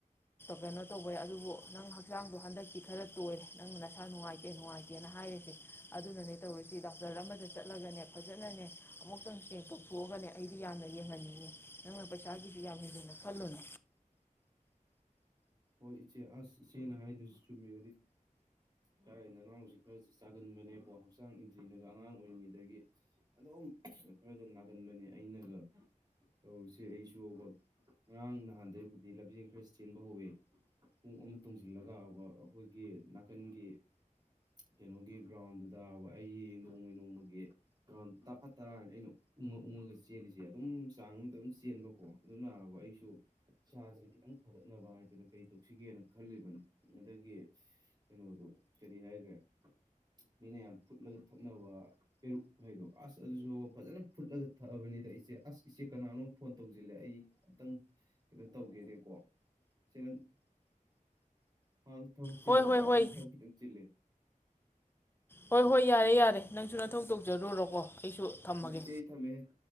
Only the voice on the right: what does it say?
ꯍꯣꯏ ꯏꯆꯦ ꯑꯁ ꯏꯆꯦꯅ ꯍꯥꯏꯗꯣꯏꯁꯨ ꯆꯨꯝꯃꯤꯕꯗꯤ ꯏꯥꯏꯦꯅ ꯅꯅꯥꯎꯁ ꯈꯔ ꯆꯥꯒꯟꯕꯅꯦꯀꯣ ꯍꯛꯆꯥꯡ ꯏꯟꯗ꯭ꯔꯤꯅꯒ ꯑꯉꯥꯡ ꯑꯣꯏꯔꯤꯉꯩꯗꯒꯤ ꯑꯗꯨꯝ ꯈꯔꯒ ꯅꯥꯒꯟꯕꯅꯦ ꯑꯩꯅꯒ ꯇꯧꯔꯨꯁꯦ ꯑꯩꯁꯨ ꯉꯔꯥꯡ ꯅꯍꯥꯟꯗꯒꯤꯩꯕꯨꯗꯤ ꯂꯝꯖꯦꯟ ꯈꯔ ꯆꯦꯟꯕ ꯍꯧꯋꯤ ꯄꯨꯡ ꯑꯃ ꯇꯣꯡꯁꯤꯜꯂꯒꯕ ꯑꯩꯈꯣꯏꯒꯤ ꯅꯥꯀꯟꯒꯤ ꯀꯩꯅꯣꯒꯤ ꯒ꯭ꯔꯥꯎꯟꯗꯨꯗꯕ ꯑꯩ ꯅꯣꯡꯃ ꯅꯣꯡꯃꯒꯤ ꯒ꯭ꯔꯥꯎꯟ ꯇꯔꯥ ꯇꯔꯥꯅ ꯑꯩꯅ ꯎꯡꯉ ꯎꯡꯉꯒ ꯆꯦꯜꯂꯤꯁꯦ ꯑꯗꯨꯝ ꯆꯥꯡ ꯑꯃꯗ ꯑꯗꯨꯝ ꯆꯦꯟꯕꯀꯣ ꯑꯗꯨꯅꯕ ꯑꯩꯁꯨ ꯏꯁꯥꯁꯦ ꯈꯤꯇꯪ ꯐꯒꯠꯅꯕ ꯍꯥꯏꯗꯨꯅ ꯀꯩ ꯇꯧꯁꯤꯒꯦꯅ ꯈꯜꯂꯤꯕꯅꯤ ꯑꯗꯒꯤ ꯀꯩꯅꯣꯗꯣ ꯀꯔꯤ ꯍꯥꯏꯈ꯭ꯔꯦ ꯃꯤꯅ ꯌꯥꯝ ꯐꯨꯠꯂꯒ ꯊꯛꯅꯕ ꯄꯦꯔꯨꯛ ꯍꯥꯏꯗꯣ ꯑꯁ ꯑꯗꯨꯁꯨ ꯐꯖꯅ ꯐꯨꯠꯂꯒ ꯊꯛꯑꯕꯅꯤꯗ ꯏꯆꯦ ꯑꯁ ꯏꯆꯦ ꯀꯅꯥꯅꯣ ꯐꯣꯟ ꯇꯧꯁꯤꯜꯂꯦ ꯑꯩ ꯑꯝꯇꯪ ꯀꯩꯅꯣ ꯇꯧꯒꯦꯅꯦꯀꯣ ꯆꯔꯪ ꯍꯪ ꯊꯕꯛ ꯆꯤꯜꯂꯕ꯭ꯔꯥ
ꯑꯩ
ꯊꯕꯛ ꯈꯤꯇꯪ ꯆꯤꯜꯂꯦ
ꯍ ꯏꯆꯦ ꯊꯃꯦ ꯎ